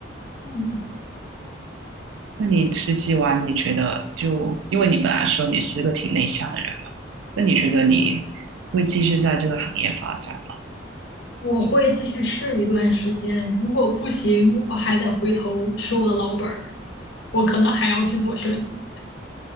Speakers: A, on the left; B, on the right.
A: 嗯。
B: 那你实习完，你觉得就因为你本来说你是个挺内向的人嘛，那你觉得你会继续在这个行业发展吗？
A: 我会继续试一段时间，如果不行，我还得回头吃我的老本儿，我可能还要去做设计。